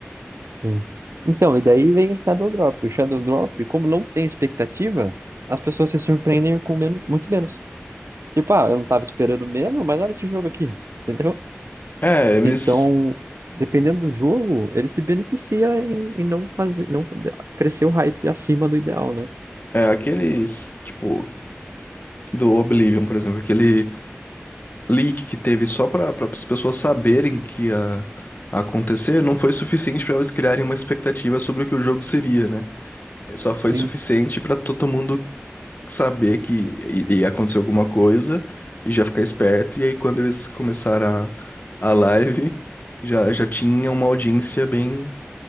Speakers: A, on the right (about 90°); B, on the left (about 45°).
A: Sim. Então, e daí vem o Shadow Drop. O Shadow Drop, como não tem expectativa, as pessoas se surpreendem com menos, muito menos. Tipo, ah, eu não tava esperando mesmo, mas olha esse jogo aqui, entendeu?
B: É,
A: Se,
B: eles.
A: Então, dependendo do jogo, ele se beneficia em, em não fazer, não crescer o hype acima do ideal, né?
B: É, aqueles. Tipo, do Oblivion, por exemplo, aquele leak que teve só pra, pra as pessoas saberem que ia acontecer, não foi suficiente pra eles criarem uma expectativa sobre o que o jogo seria, né? Só foi suficiente
A: Sim,
B: pra todo mundo saber que i- ia acontecer alguma coisa e já ficar esperto. E aí, quando eles começaram a, a live, já, já tinha uma audiência bem